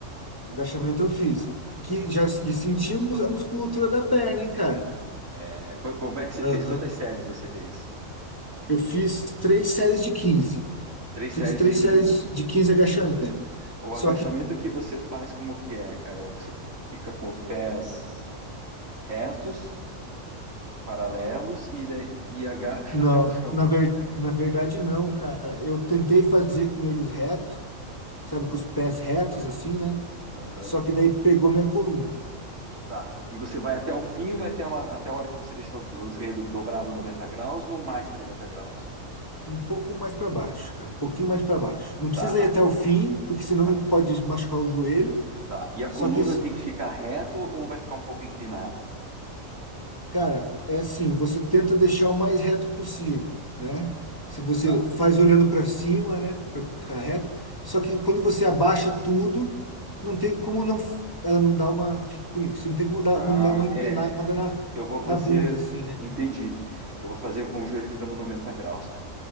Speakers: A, on the left; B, on the right.
A: Agachamento eu fiz. Que já e sentimos a musculatura da perna, hein, cara?
B: É, co- como é que você
A: Aham.
B: fez? Quantas séries você fez?
A: Eu fiz três séries de quinze,
B: Três
A: Fiz
B: séries
A: três
B: de quinze
A: séries de 15 agachamentos.
B: O
A: Só
B: agachamento
A: que,
B: que você faz, como que é, cara? Você fica com os pés retos, paralelos e, daí- e agacha
A: não,
B: até o chão.
A: na ver, na verdade, não, cara. Eu tentei fazer com eles reto, sabe, com os pés retos, assim, né?
B: Aham.
A: Só que daí pegou minha coluna.
B: Tá. E você vai até o fim, vai até, uma, até a hora que você deixa o, o joelho dobrado 90 graus ou mais que 90 graus?
A: Um pouco mais para baixo, cara. Um pouquinho mais para baixo. Não precisa
B: Tá.
A: ir até o fim, porque senão
B: A-
A: pode machucar o joelho.
B: Tá. E a
A: Só
B: coluna
A: que
B: tem que ficar reto ou vai ficar um pouco inclinada?
A: Cara, é assim, você tenta deixar o mais reto possível, né? Se você
B: Tá.
A: faz olhando para cima, né, para ficar reto, só que quando você abaixa tudo, não tem como não ela não dar uma, tipo, isso, não tem como dar,
B: Ah,
A: não dar uma empinada
B: é.
A: na,
B: Eu vou fazer.
A: na bunda assim, né?
B: Entendi. Eu vou fazer com o joelho ficando 90 graus, cara.